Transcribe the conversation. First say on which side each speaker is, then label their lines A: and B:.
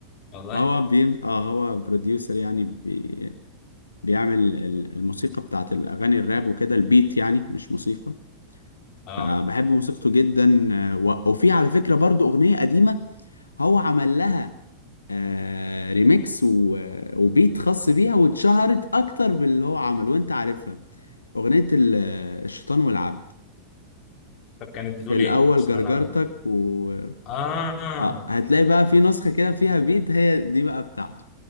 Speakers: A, on the left; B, on the left.
A: والله
B: هو بيم... اه هو بروديوسر يعني بي... بيعمل ال- الموسيقى بتاعت الأغاني الراب وكده البيت يعني مش موسيقى
A: اه
B: فبحب موسيقته جدا آه، و... وفي على فكرة برضو أغنية قديمة هو عمل لها آه ريميكس و... وبيت خاص بيها واتشهرت اكتر باللي هو عمله وانت عارفها اغنية ال- الشيطان والعبد
A: طب كانت بتقول
B: في الاول
A: ايه؟ عشان
B: جرجرتك
A: انا
B: و
A: اه
B: اه هتلاقي بقى في نسخة كده فيها بيت هي دي بقى بتاعته